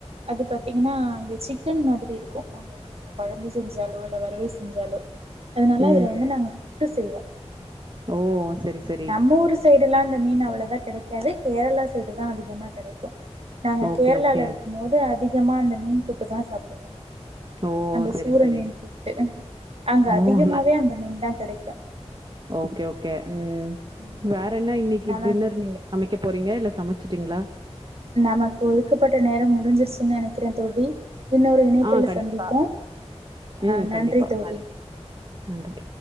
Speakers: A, on the right; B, on the right.
A: அது பாத்திங்கனா இது சிக்கன் மாதிரி இருக்கு கொழம்பு செஞ்சாலோ இல்ல வறுவல் செஞ்சாலே அதனால
B: ம்
A: அதுல வந்து நாங்க புட்டு செய்வே
B: ஓ செரி செரி
A: நம்ம ஊர் சைடெல்லா இந்த மீன் அவ்ளவா கெடைக்காது கேரளா சைடு தா அதிகமா கெடைக்கு நாங்க
B: ஓகே
A: கேரளால
B: ஓகே
A: இருக்கும்போது அதிகமா அந்த மீன் புட்டு தா சாப்புடுவோ
B: ஓ
A: அந்த
B: செரி
A: சூற
B: செரி
A: மீன் புட்டு அங்க அதிகமாவே
B: ஓ நல்
A: அந்த மீன் தா கெடைக்கு
B: ஓகே ஓகே ம்
A: ம்
B: வேற என்ன இன்னிக்கு
A: நமக்
B: டின்னர் நீங்க சமைக்க போறிங்க இல்ல சமச்சிட்டிங்களா
A: நமக்கு ஒதுக்கப்பட்ட நேரம் முடிஞ்சிர்ச்சின்னு நெனைக்கறே தோழி இன்னோரு இணைப்புல
B: ஆ கண்டிப்பா.
A: சந்திப்போ
B: ம்
A: அ நன்றி
B: கண்டிப்பா.
A: தோழி
B: நன்றி, நன்றி